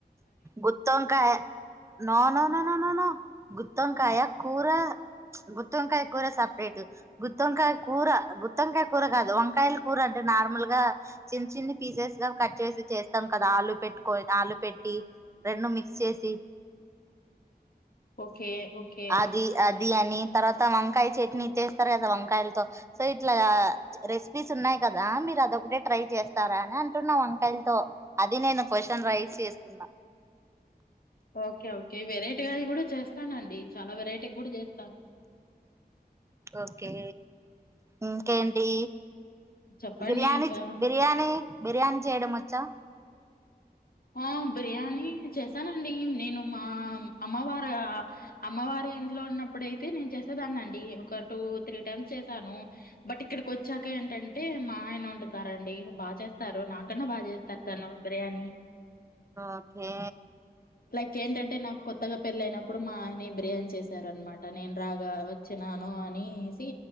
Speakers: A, on the right; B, on the left.
A: గుత్తోంకాయ నో నో నో నోనోనో గుత్తోంకాయ కూర గుత్తోంకాయ కూర సపరేట్ గుత్తోంకాయ కూర గుత్తొంకాయ కూర కాదు వంకాయలు కూర అంటే నార్మల్ గా చిన్న చిన్న పీసెస్ గా కట్ చేసి చేస్తాం కదా ఆలు పెట్టుకని ఆలు పె ట్టి రెండు మిక్స్ చేసి.
B: Okay okay.
A: అది అది అని తర్వాత వంకాయ చట్నీ చేస్తారు కదా వంకాయలతో. సో ఇట్లా రెసిపీస్ ఉన్నాయి కదా మీ మీరు అదొకటే ట్రై చేస్తారా అని అంటున్నా వంకాయలతో అది నేను క్వశ్చన్ రైజ్ చేస్తున్నా.
B: ఓకే ఓకే వెరైటీగా అది కూడా చేస్తానండి. చాలా వెరైటీగా కూడా చేస్తాను.
A: ఓకే. ఇంకేంటి?
B: చెప్పండి
A: బిర్యానీ
B: ఇంకా.
A: బిర్యానీ బిర్యానీ చేయడం వచ్చా
B: ఆ బిర్యానీ చేశానండి. నేను మా అమ్మవారు అమ్మవా ళ్ళ ఇంట్లో ఉన్నప్పుడుయితే నేను చేసేదాన్ని అండి. ఒక టూ త్రీ టైమ్స్ చేసాను బట్ ఇక్కడికి వచ్చా కా ఏంటంటే మా ఆయన వండుతారండి. బాచేస్తారు నాకన్నా బాగా చేస్తారు తను బిర్యానీ.
A: ఓకే
B: లైక్ ఏంటంటే నాకు కొత్తగా పెళ్ళయినప్ ప్పుడు మా ఆయనే బిర్యానీ చేసారనమాట నేను రాగా వచ్చినాను అనేసి